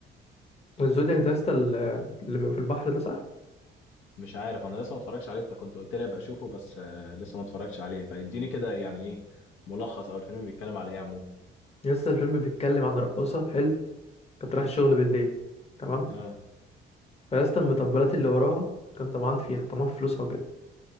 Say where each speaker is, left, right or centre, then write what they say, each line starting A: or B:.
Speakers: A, on the left; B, on the left.
A: الزودياك ده يا اسطى ال- اللي بيبقى في البحر ده صح
B: مش عارف انا لسه ما اتفرجش عليه انت كنت قلت لي ابقى اشوفه بس آه لسه ما اتفرجش عليه فاديني كده يعني ايه ملخص او الفيلم بيتكلم على ايه عموما
A: يا اسطى الفيلم بيتكلم عن رقاصه حلو كانت رايحه الشغل بالليل تمام
B: اه
A: فيا اسطى المطبلات اللي وراها كان طمعان فيها طمعان في فلوسها وكده